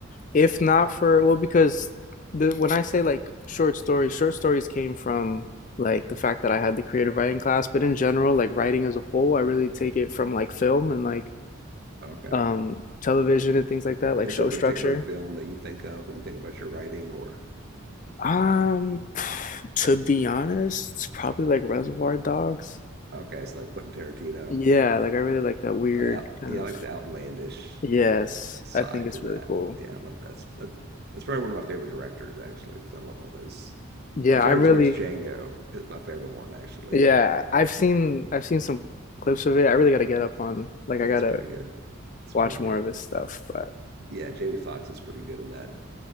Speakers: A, on the left; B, on the right.
A: if not for, well, because the when I say like short stories, short stories came from like the fact that I had the creative writing class, but in general, like writing as a whole, I really take it from like film and like
B: Okay.
A: um television and things like that, like
B: Is
A: show
B: there a particular
A: structure.
B: film that you think of when you think about your writing or
A: Um,
B: um
A: <sighs> to be honest, it's probably like Reservoir Dogs.
B: okay, it's like Quentin Tarantino.
A: Yeah, like I really like that weird
B: I out,
A: kind
B: yeah, I
A: of
B: like the outlandish
A: Yes,
B: side
A: I think it's
B: to that.
A: really cool.
B: Yeah, I love that. That's, that, that's probably one of my favorite directors, actually, because I love all those.
A: Yeah,
B: My favorite
A: I really,
B: one's Django is my favorite one, actually.
A: yeah, I've seen I've seen some clips of it. I really gotta get up on like
B: Yeah,
A: I gotta
B: it's pretty good. It's
A: watch
B: pretty good.
A: more of his stuff. But
B: Yeah, Jamie Foxx is pretty good in that